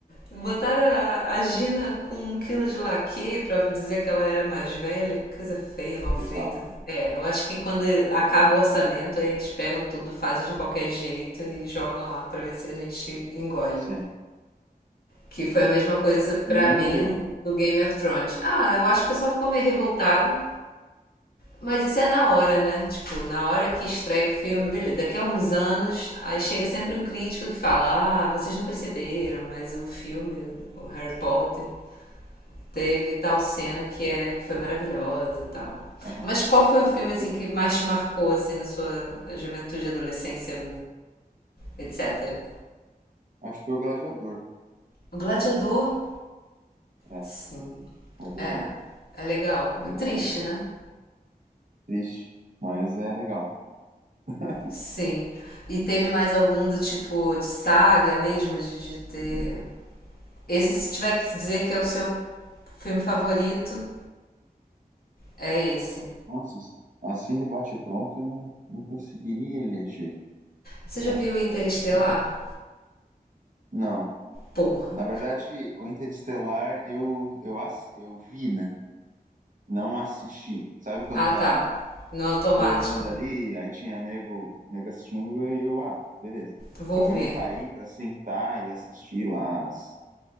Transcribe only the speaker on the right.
Bizarro.
Sim.
E não engoliu.
Aham.
Eu-
Acho que foi o Gladiador.
É,
Gladiador.
né?
Vi
várias vezes.
Triste, mas é legal. <laughs>
Nossa, assim de bate-pronto eu não, não conseguiria eleger.
Só
que
tem. Não.
Na verdade, o Interestelar eu, eu, assi- eu vi, né? Não assisti. Sabe quando
tá
rolando ali, aí tinha nego, nego assistindo e eu, ah, beleza.
Só que
eu não parei pra sentar e assistir lá as,